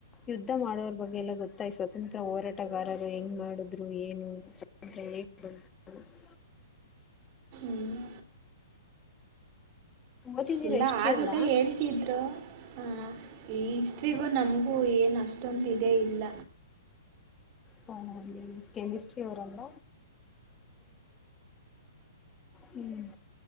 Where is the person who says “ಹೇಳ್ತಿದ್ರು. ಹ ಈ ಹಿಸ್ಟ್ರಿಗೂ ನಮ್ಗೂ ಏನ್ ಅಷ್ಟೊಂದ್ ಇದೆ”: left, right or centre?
Right